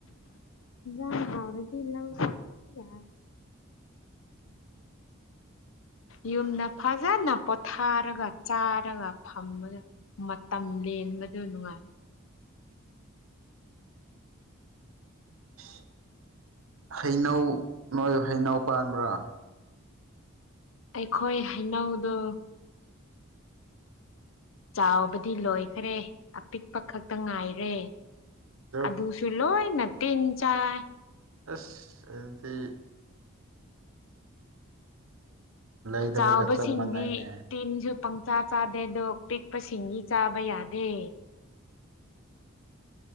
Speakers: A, on the left; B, on the right.
A: ꯥ ꯍꯥꯥꯎꯔꯗꯤ ꯂꯥꯎ ꯁꯇ꯭ꯔ ꯀ ꯌꯥ ꯌꯨꯝꯗ ꯐꯖꯅ ꯄꯣꯊꯥꯔꯒ ꯆꯥꯔꯒ ꯐꯝꯕꯗ ꯃꯇꯝ ꯂꯦꯟꯕꯗꯨ ꯅꯨꯡꯉꯥꯏ
B: <inaudible> ꯍꯩꯅꯧ ꯅꯣꯏ ꯍꯩꯅꯧ ꯄꯥꯟꯕ꯭ꯔꯥ
A: ꯑꯩꯈꯣꯏ ꯍꯩꯅꯧꯗ ꯆꯥꯎꯕꯗꯤ ꯂꯣꯏꯈꯔꯦ ꯑꯄꯤꯛꯄ ꯈꯛꯇ ꯉꯥꯏꯔꯦ ꯑ
B: ꯑꯗꯨ
A: ꯑꯗꯨꯁꯨ ꯂꯣꯏ ꯅ ꯇꯟ ꯆꯥꯏ
B: ꯑꯁ ꯑꯗꯨꯗꯤ ꯂꯩꯗꯕꯒ
A: ꯆꯥꯎꯕꯁꯤꯡꯗꯤ
B: ꯆꯞ ꯃꯥꯟꯅꯩꯅꯦ
A: ꯇꯤꯟꯁꯨ ꯄꯪꯆꯥ ꯆꯥꯗꯦꯗꯣ ꯄꯤꯛꯄ ꯁꯤꯡ ꯆꯥꯕ ꯌꯥꯗꯦ